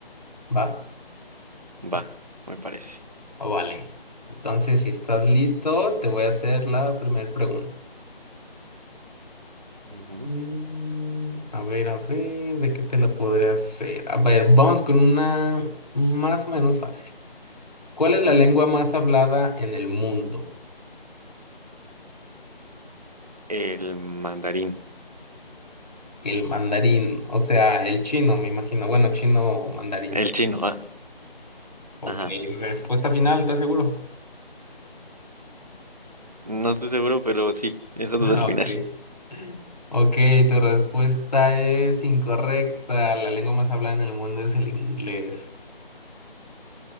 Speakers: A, on the left; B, on the right.
A: ¿Va?
B: Va, me parece.
A: Oh, vale. Entonces, si estás listo, te voy a hacer la primera pregunta.
B: Ujú.
A: Mm, a ver, a ver, ¿de qué te la podré hacer? A ver, vamos con una más o menos fácil. ¿Cuál es la lengua más hablada en el mundo?
B: El mandarín.
A: El mandarín, o sea, el chino, me imagino. Bueno, chino o mandarín.
B: El chino, ah,
A: Ok,
B: ajá.
A: respuesta final, ¿estás seguro?
B: No estoy seguro, pero sí, esa
A: <laughs>
B: duda es final.
A: Ok. Ok, tu respuesta es incorrecta. La lengua más hablada en el mundo es el inglés.